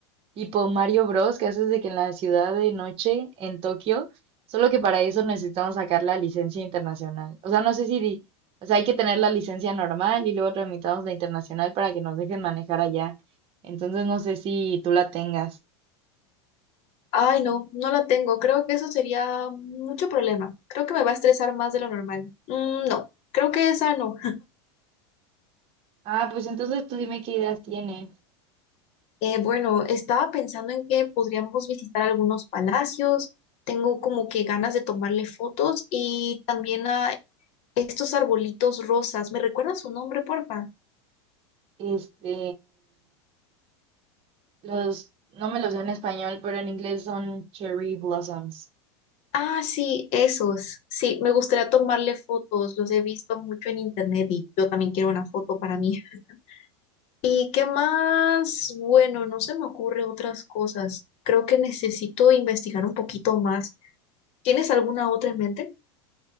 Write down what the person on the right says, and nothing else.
tipo Mario Bros. que haces de que en la ciudad de noche en Tokio, solo que para eso necesitamos sacar la licencia internacional. O sea, no sé si, di- o sea, hay que tener la licencia normal y luego tramitamos la internacional para que nos dejen manejar allá. Entonces no sé si tú la tengas.
Ah, pues entonces tú dime qué ideas tienes.
Este, los, no me los sé en español, pero en inglés son cherry blossoms.